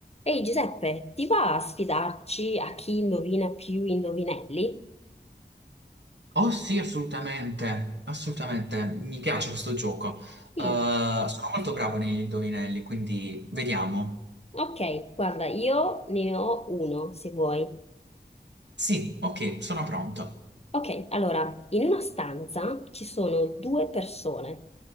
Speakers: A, on the left; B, on the right.
A: Ehi Giuseppe, ti va a sfidarci a chi indovina più indovinelli?
B: Oh sì, assolutamente, assolutamente, mi piace questo gioco. Eh,
A: Sì.
B: sono molto bravo negli indovinelli, quindi vediamo.
A: Ok, guarda, io ne ho uno se vuoi.
B: Sì, ok, sono pronto.
A: Ok, allora, in una stanza ci sono due persone,